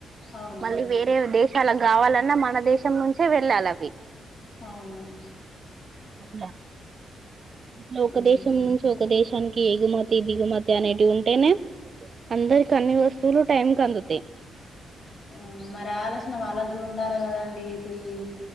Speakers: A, on the left; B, on the right.
A: అవును
B: మళ్ళీ వేరే దేశ చాలా కావాలన్నా మన దేశం నుంచే వెళ్ళాలి అవి
A: అవునవును
B: లా ఇట్లా ఒక
A: మ్మ్
B: దేశం నుంచి ఒక దేశం మానికి ఎగుమతి, దిగుమతి అనేటివి ఉంటేనే అందరి అన్ని వస్తువులు టైమ్ కందుంది.
A: ఆ మరి ఆలోచన ఆ వాళ్ళకు కూడా ఉండాలి. కదండి. ఇప్పుడు ఈ